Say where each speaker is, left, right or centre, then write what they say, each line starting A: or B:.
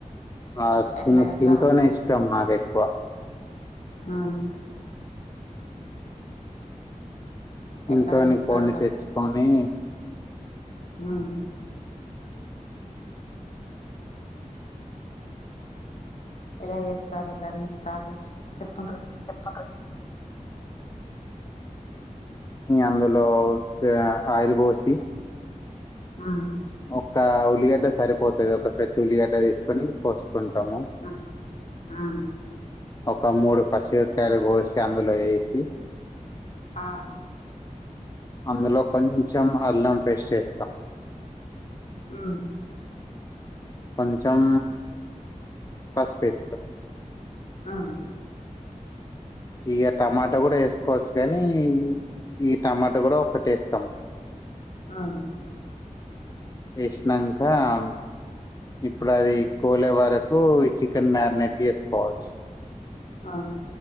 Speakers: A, on the left; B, on the left.
A: ఆ స్కిన్
B: ఎట్లా ఎట్లా
A: స్కిన్ తోనే ఇష్టం నాకు ఎక్కువ
B: ఆ
A: స్కిన్తోని
B: ఎట్లా చేస్తారు
A: కోన్ని తెచ్చుకొని
B: మ్ ఎలా చేస్తారు దాన్ని ప్రాసెస్ చెప్పుండ్రి
A: చెప్పుండ్రి ఈ అందులో చె ఆయిల్ పోసి
B: ఉమ్
A: ఒక ఉల్లిగడ్డ సరిపోతది ఒక పెద్ద ఉల్లిగడ్డ తీసుకొని కోసుకుంటము
B: ఉమ్ ఉమ్
A: ఒక మూడు పచ్చి మిరపకాయలు కోసి అందులో ఏసి
B: ఆ
A: అందులో కొంచెం అల్లం పేస్ట్ ఎస్తాం
B: ఉమ్
A: కొంచెం పస్పేస్తాం
B: ఉమ్
A: ఇగ టమాటా కూడా ఏసుకోవచ్చు గనీ ఈ టమాట కూడా ఒకటేస్తాము
B: ఆ
A: ఎష్ణంకం ఇప్పుడు అది కోలే వరకు ఈ చికెన్ మ్యాగ్నేట్ చేసుకోవచ్చు
B: ఆ